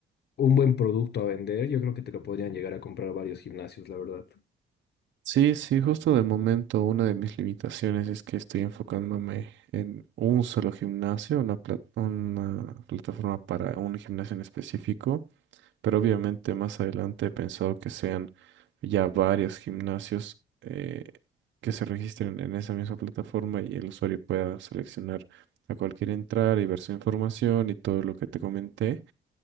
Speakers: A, on the left; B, on the right.
A: un buen producto a vender, yo creo que te lo podrían llegar a comprar varios gimnasios, la verdad.
B: Sí, sí, justo de momento una de mis limitaciones es que estoy enfocándome en un solo gimnasio, una, pla- una plataforma para un gimnasio en específico. pero obviamente más adelante he pensado que sean ya varios gimnasios eh, que se registren en esa misma plataforma y el usuario pueda seleccionar a cualquier entrar y ver su información y todo lo que te comenté.